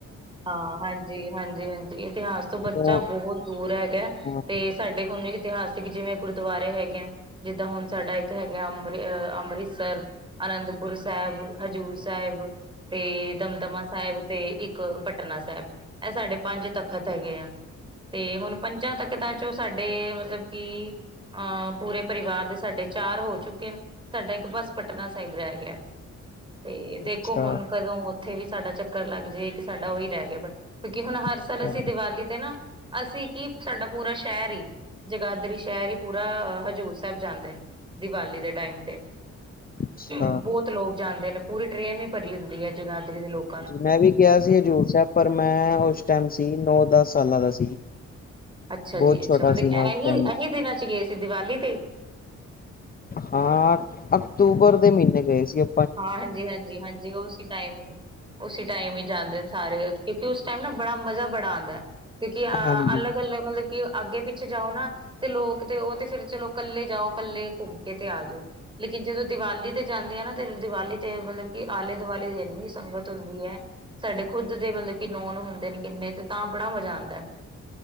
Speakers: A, on the right; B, on the left.
A: ਹਾਂ, ਹਾਂਜੀ-ਹਾਂਜੀ-ਹਾਂਜੀ ਇਤਿਹਾਸ ਤੋਂ ਬੱਚਾ
B: ਫੋਨ
A: ਬਹੁਤ ਦੂਰ ਹੈਗਾ
B: ਹਾਂ
A: ਤੇ ਸਾਡੇ ਹੁਣ ਇਤਿਹਾਸਿਕ ਜਿਵੇਂ ਗੁਰਦੁਆਰੇ ਹੈਗੇ ਨੇ ਜਿੱਦਾਂ ਹੁਣ ਸਾਡਾ ਇੱਕ ਹੈਗਾ ਅੰਮ੍ਰਿ ਅੰਮ੍ਰਿਤਸਰ ਅਨੰਦਪੁਰ ਸਾਹਿਬ, ਹਜ਼ੂਰ ਸਾਹਿਬ ਤੇ ਦਮਦਮਾ ਸਾਹਿਬ ਤੇ ਇੱਕ ਪਟਨਾ ਸਾਹਿਬ, ਇਹ ਸਾਡੇ ਪੰਜ ਤਖ਼ਤ ਹੈਗੇ ਆ। ਤੇ ਹੁਣ ਪੰਜਾਂ ਤਖ਼ਤਾ ਚੋਂ ਸਾਡੇ ਮਤਲਬ ਕਿ ਹਾਂ ਪੂਰੇ ਪਰਿਵਾਰ ਦੇ ਸਾਡੇ ਚਾਰ ਹੋ ਚੁੱਕੇ ਨੇ ਸਾਡਾ ਇੱਕ ਬਸ ਪਟਨਾ ਸਾਹਿਬ ਰਹਿ ਗਿਆ। ਤੇ ਦੇਖੋ
B: ਅੱਛਾ
A: ਹੁਣ ਕਦੋਂ ਉੱਥੇ ਵੀ ਸਾਡਾ ਚੱਕਰ ਲੱਗ ਜਾਏੇ ਇੱਕ ਸਾਡਾ ਉਹੀ ਰਹਿ ਗਿਆ ਬਸ ਕਿਉਂਕਿ ਹੁਣ ਹਰ ਸਾਲ
B: ਅੱਛਾ
A: ਅਸੀਂ ਦੀਵਾਲੀ ਤੇ ਨਾ ਅਸੀਂ ਕੀ ਸਾਡਾ ਪੂਰਾ ਸ਼ਹਿਰ‌ ਇ ਜਗਾਦਰੀ ਸ਼ਹਿਰ ਹੀ ਪੂਰਾ ਹਜ਼ੂਰ ਸਾਹਿਬ ਜਾਂਦੇ ਨੇ ਦੀਵਾਲੀ ਦੇ ਟਾਈਮ ਤੇ,
B: ਅੱਛਾ
A: ਬਹੁਤ ਲੋਕ ਜਾਂਦੇ ਨੇ ਪੂਰੀ ਟ੍ਰੇਨ ਈ ਭਰੀ ਹੁੰਦੀ ਐ ਜਗਾਦਰੀ ਦੇ ਲੋਕ
B: ਮੈਂ ਵੀ ਗਿਆ ਸੀ ਹਜ਼ੂਰ ਸਾਹਿਬ ਪਰ ਮੈਂ ਉਸ ਟਾਈਮ ਸੀ ਨੌ-ਦਸ ਸਾਲਾਂ ਦਾ ਸੀ।
A: ਅੱਛਾ
B: ਬਹੁਤ
A: ਜੀ ਅੱਛਾ
B: ਛੋਟਾ
A: ਮਤਲਬ
B: ਸੀ ਮੈਂ
A: ਇਹੀ-ਇਹੀ
B: ਉਸ ਟਾਈਮ
A: ਦਿਨਾਂ ਚ ਗਏ ਸੀ ਦੀਵਾਲੀ ਤੇ
B: ਹਾਂ, ਅਕਤੂਬਰ ਦੇ ਮਹੀਨੇ ਗਏ ਸੀ ਅ
A: ਹਾਂ ਹਾਂਜੀ-ਹਾਂਜੀ-ਹਾਂਜੀ, ਉਸ ਟਾਈਮ ਹੀ ਉਸੀ ਟਾਈਮ ਹੀ ਜਾਂਦੇ ਨੇ ਸਾਰੇ ਕਿਉਂਕਿ ਉਸ ਟਾਈਮ ਨਾ ਬੜਾ ਮਜ਼ਾ ਬੜਾ ਆਂਦਾ ਐ ਕਿਉਂਕਿ
B: ਹਾਂਜੀ
A: ਅਲੱਗ-ਅਲੱਗ ਮਤਲਬ ਕਿ ਅੱਗੇ ਪਿੱਛੇ ਜਾਓ ਨਾ ਤੇ ਲੋਕ ਤੇ ਉਹ ਤੇ ਫਿਰ ਚਲੋ ਕੱਲੇ ਜਾਓ, ਕੱਲੇ ਘੁੰਮ ਕੇ ਤੇ ਆ ਜਾਓ ਲੇਕਿਨ ਜਦੋਂ ਦੀਵਾਲੀ ਤੇ ਜਾਂਦੇ ਆ ਨਾ ਤੇ ਦੀਵਾਲੀ ਤੇ ਮਤਲਬ ਕਿ ਆਲੇ ਦੁਆਲੇ ਇੰਨੀ ਸੰਗਤ ਹੁੰਦੀ ਹੈ। ਸਾਡੇ ਖੁੱਦ ਦੇ ਮਤਲਬ ਕਿ ਨੋਨ ਹੁੰਦੇ ਨੇ ਕਿੰਨੇ ਤੇ ਤਾਂ ਬੜਾ ਮਜ਼ਾ ਆਂਦਾ ਐ।